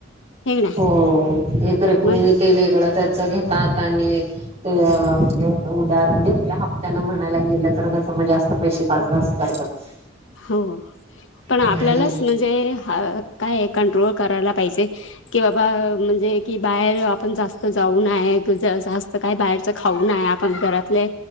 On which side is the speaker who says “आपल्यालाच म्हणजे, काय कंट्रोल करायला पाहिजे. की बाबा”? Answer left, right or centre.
Left